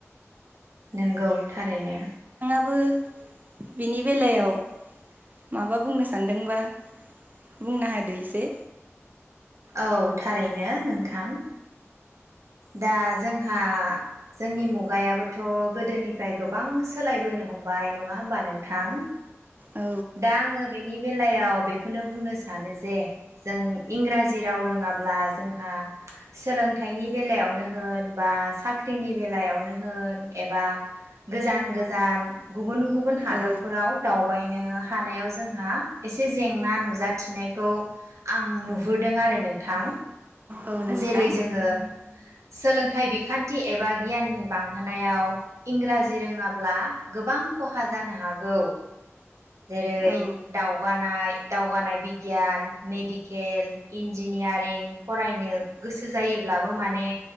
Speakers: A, on the right; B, on the right.
A: नोंगौ थारैनो
B: थबो बिनि बेलायाव माबा बुंनो सानदोंबा बुंना होदो एसे
A: औ थारैनो नोंथां दा जोंहा जोंनि मुगायाबोथ' गोदोनिफ्राय गोबां सोलायबोनो हमबाय नंआ होमबा नोंथां
B: औ
A: दा आङो बेनि बेलायाव बेखौनो बुंनो सानो जे जों इंराजि राव रोङाब्ला जोंहा सोलोंथाइनि बेलायावनो होन बा साख्रिनि बेलायावनो होन एबा गोजान गोजान गुबुन गुबुन हादरफोराव
B: औ
A: दावबायनो हानायाव जों हा एसे जेंना नुजाथिनायखौ आं नुहुरदों आरो नोंथां
B: औ नोंथां
A: जेरै जोङो सोलोंथाइ बिखान्थि एबा गियान बांहोनायाव इंराजि रोङाब्ला गोबां खहा जानो हागौ जेरै
B: औ
A: दावगानाय दावगानाय बिगियान मेडिकेल इन्जिनियारिं फरायनो गोसो जायोब्लाबो माने